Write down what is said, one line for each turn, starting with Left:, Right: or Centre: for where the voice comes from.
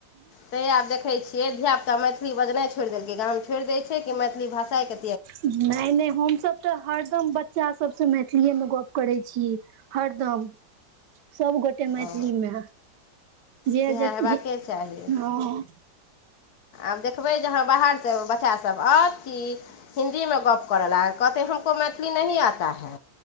Left: तै आ देख छियै धिया पुता मैथिली बजनाइ छोड़ि देलकै गाम छोड़ि दे छै कि मैथिली भाषा के
Right: नहि नहि हम सब तऽ हरदम बच्चा सभ सँ मैथिलीएमे गप करै छी हरदम सबगोटे मैथिली
Left: ओ
Right: मे जे
Left: सएह
Right: जे
Left: हेबाके
Right: जे
Left: चाही
Right: हँ
Left: आब देखबै जे अहाँ बाहर सँ बच्चासभ आओत कि हिन्दी मे गप्प करऽ लाग कहते हमको मैथिली नहिं आता है